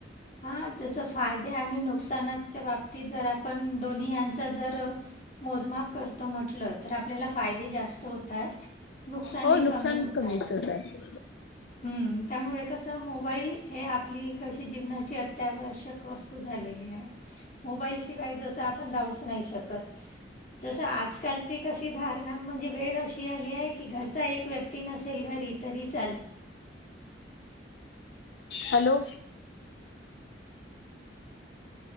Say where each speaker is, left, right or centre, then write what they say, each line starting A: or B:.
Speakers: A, on the left; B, on the left.
A: हां जसं फायदे आणि नुकसानाच्या बाबतीत जर आपण दोन्ही यांचा जर र मोजमाप करतो म्हंटल तर आपल्याला फायदे जास्त होत आहे. नुकसान
B: हो
A: हे
B: नुकसान
A: कमी होत
B: कमीच
A: आहे.
B: होत आहे
A: हम्म, त्यामुळे कसं मोबाईल हे आपली कशी जीवनाची अत्यावश्यक वस्तू झालेली आहे. मोबाईलशिवाय जसं आपण राहूच नाही शकत. जसं आजकालची कशी धारणा म्हणजे वेळ अशी आली आहे की घरचा एक व्यक्ती नसेल घरी तरी चाल
B: hello?